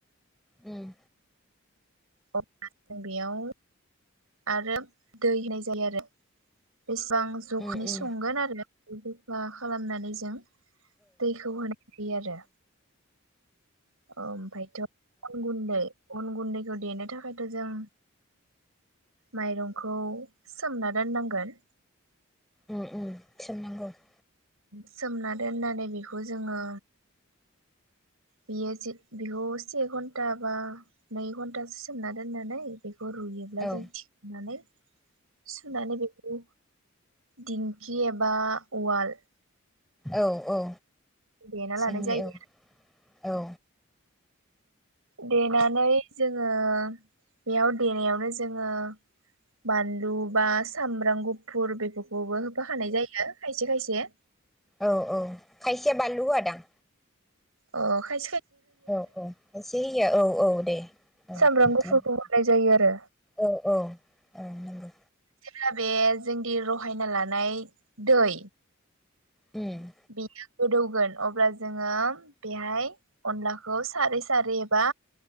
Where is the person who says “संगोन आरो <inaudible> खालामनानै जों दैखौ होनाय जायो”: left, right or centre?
Right